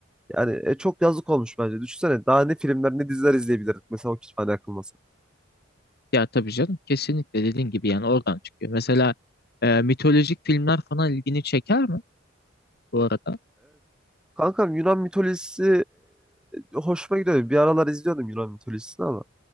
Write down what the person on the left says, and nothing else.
Ya tabii canım kesinlikle dediğin gibi yani oradan çıkıyor. Mesela e, mitolojik filmler falan ilgini çeker mi bu arada?